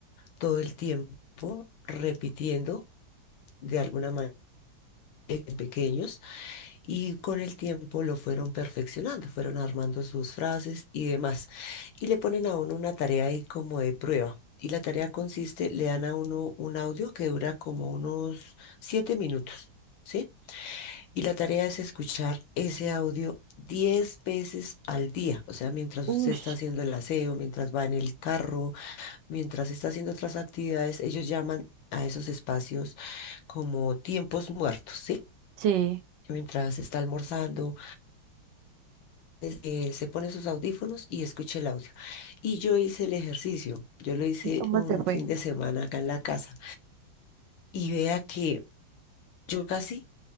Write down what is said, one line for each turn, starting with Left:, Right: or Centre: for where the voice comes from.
Left: todo el tiempo, repitiendo de alguna manera eh, pequeños Y con el tiempo lo fueron perfeccionando, fueron armando sus frases y demás. Y le ponen a uno una tarea ahí como de prueba. Y la tarea consiste, le dan a uno un audio que dura como unos siete minutos, ¿sí? Y la tarea es escuchar ese audio diez veces al día. O sea, mientras
Right: Uy,
Left: usted está haciendo el aseo, mientras va en el carro, mientras está haciendo otras actividades, ellos llaman a esos espacios como tiempos muertos, ¿sí?
Right: Sí,
Left: Mientras está almorzando eh, se pone sus audífonos y escucha el audio. Y yo hice el ejercicio, yo lo hice
Right: ¿y cómo
Left: un
Right: te fue?
Left: fin de semana acá en la casa y vea que yo casi,